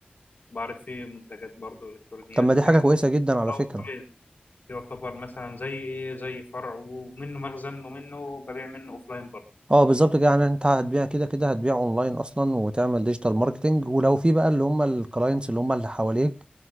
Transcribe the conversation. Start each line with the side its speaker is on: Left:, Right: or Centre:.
Left: بعرض فيه منتجات برضو إلكترونيات
Right: طب ما دي
Left: وكده
Right: حاجة كويسة جدا على
Left: أو
Right: فكرة
Left: أوفلاين يعتبر مثلا زي إيه زي فرع ومنه مخزن ومنه ببيع منه أوفلاين برضه
Right: اه بالظبط كده يعني انت هتبيع كده كده هتبيع اونلاين اصلا وتعمل ديجيتال ماركتنج ولو في بقى اللي هم الكلاينتس اللي هم اللي حواليك